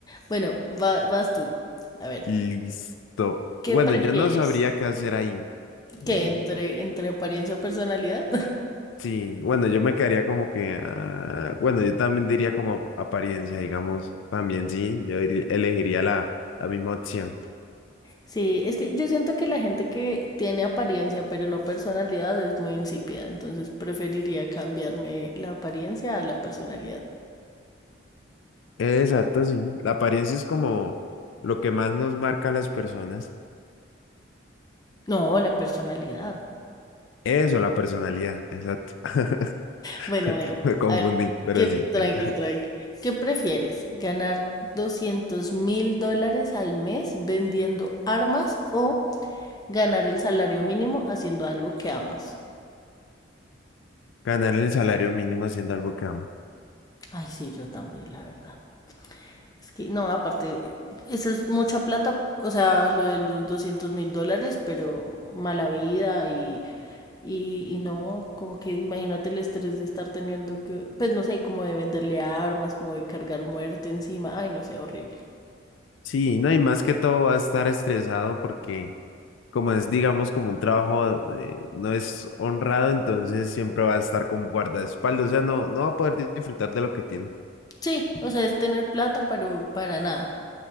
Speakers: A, on the left (about 20°); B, on the left (about 75°).
A: Bueno, va- vas tú. A ver,
B: Listo.
A: ¿qué
B: Bueno,
A: prefieres?
B: yo no sabría qué hacer ahí. Eh,
A: ¿Qué entre, entre apariencia o personalidad?
B: sí, bueno, yo me quedaría como que, ah, bueno, yo también diría como ap- apariencia, digamos, también sí, yo ir- elegiría la, la misma opción.
A: Sí, es que yo siento que la gente que tiene apariencia pero no personalidad es muy insípida, entonces preferiría cambiarme la apariencia a la personalidad.
B: Exacto, sí. La apariencia es como lo que más nos marca a las personas.
A: No, la personalidad.
B: Eso, la personalidad, exacto. <laughs>
A: Bueno, bueno,
B: Me confundí,
A: a ver,
B: pero
A: ¿qué,
B: sí.
A: tranqui,
B: eh, <laughs>
A: tranqui. ¿Qué prefieres? ¿Ganar doscientos mil dólares al mes vendiendo armas o ganar el salario mínimo haciendo algo que amas?
B: Ganar el salario mínimo haciendo algo que amo.
A: Ay, sí, yo también, la verdad. Es que no, aparte, eso es mucha plata, o sea, lo de los doscientos mil dólares, pero mala vida y, y, y no, como que imagínate el estrés de estar teniendo que, pues no sé, como de venderle armas, como de cargar muerte encima, ay, no sé, horrible.
B: Sí, no, y más que todo va a estar estresado porque... como es, digamos, como un trabajo, eh, no es honrado, entonces siempre va a estar como guardaespaldas, o sea, no, no va a poder di- disfrutar de lo que tiene.
A: Sí, o sea, es tener plata, pero para nada.